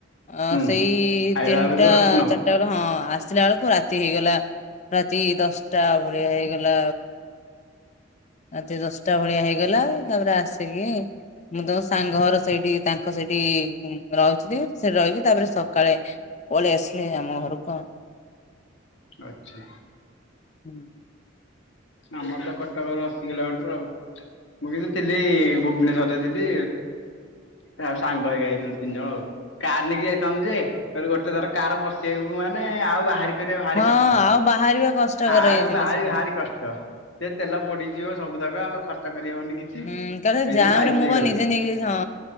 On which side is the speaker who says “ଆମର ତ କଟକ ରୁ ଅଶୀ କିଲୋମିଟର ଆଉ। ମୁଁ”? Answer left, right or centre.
Left